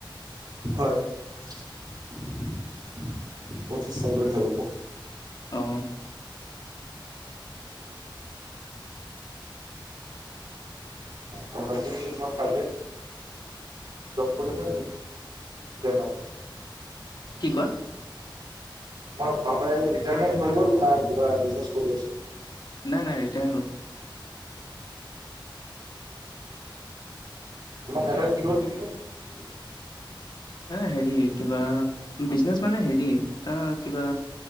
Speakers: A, on the right; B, on the left.
A: হয়, পঁচিছ তাৰিখৰ শেষ হব
B: অ
A: জব কৰিছা নে
B: কি কোৱা
A: মাৰ পাপাই ৰিটাইমেন্ট হৈ গল না কিবা বিজনেছ কৰি আছে
B: নাই নাই ৰিতাই হল
A: তোমাৰ দাদাৰ কিহৰ বিজনেছ
B: এ হেৰি কিবা বিজনেচ মানে হেৰি আহ কিবা